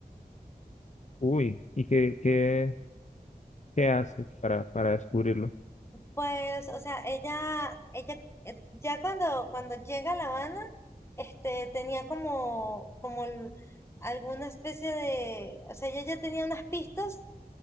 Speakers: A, on the left; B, on the left.
A: Uy, ¿y qué, qué, qué hace para, para descubrirlo?
B: Pues, o sea, ella, ella eh, ya cuando, cuando llega a La Habana, este, tenía como, como el- alguna especie de, o sea, ella ya tenía unas pistas